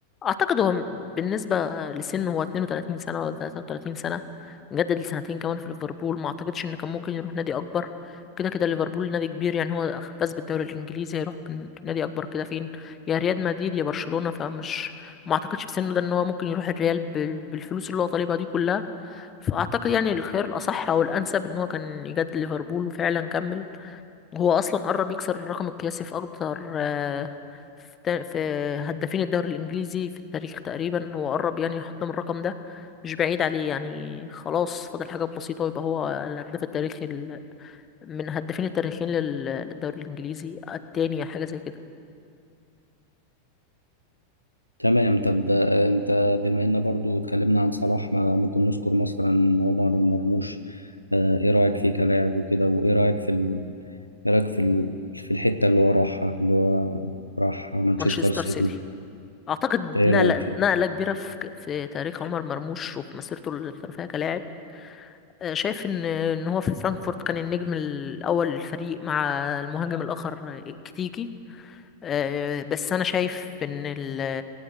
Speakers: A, on the left; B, on the left.
A: اعتقد هو بالنسبه لسنه هو 32 سنه ولا 33 سنه مجدد لسنتين كمان في ليفربول ما اعتقدش ان كان ممكن يروح نادي اكبر كده كده ليفربول نادي كبير يعني هو فاز بالدوري الانجليزي هيروح بن- نادي اكبر كده فين يا ريال مدريد يا برشلونه فمش ما اعتقدش في سنه ده ان هو ممكن يروح الريال بال- بالفلوس اللي هو طالبها دي كلها فأعتقد يعني الخيار الأصح أو الأنسب إن هو كان يجدد ليفربول وفعلا كمل وهو أصلا قرب يكسر الرقم القياسي في أكتر آه، في تا- في هدافين الدوري الإنجليزي في التاريخ تقريبا هو قرب يعني يحطم الرقم ده مش بعيد عليه يعني خلاص فاضل حاجات بسيطة ويبقى هو الهداف التاريخي ال- من هدافين التاريخيين لل- للدوري الإنجليزي التاني أو حاجة زي كده
B: تمام طب آه، انت بما ان برضو اتكلمنا عن صلاح ما ممكن نذكر مثلا عمر مرموش آه، ايه رأيك فيه كلاعب وكده وايه رأيك في ال... ايه رأيك في ال... في الحتة اللي هو راحها اللي هو راح مانشستر
A: مانشستر
B: سيتي
A: سيتي
B: انت
A: أعتقد
B: ايه
A: نقلة
B: رأيك فيه
A: نقلة كبيرة في في تاريخ عمر مرموش وفي مسيرته الاحترافية كلاعب آه، شايف ان ان هو في فرانكفورت كان النجم الاول للفريق مع المهاجم الاخر آه، كتيكي آه، بس انا شايف ان ال-